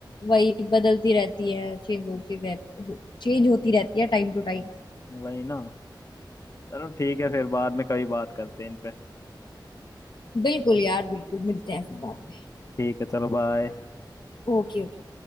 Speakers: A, on the left; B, on the left.
A: वही बदलती रहती है चेंज होती रहती चेंज होती रहती है टाइम टू टाइम
B: वही ना चलो ठीक है फिर बाद में कभी बात करते हैं इन पे
A: बिल्कुल यार बिल्कुल मिलते हैं फिर
B: हम्म।
A: बाद में
B: ठीक है चलो बाय
A: Okay okay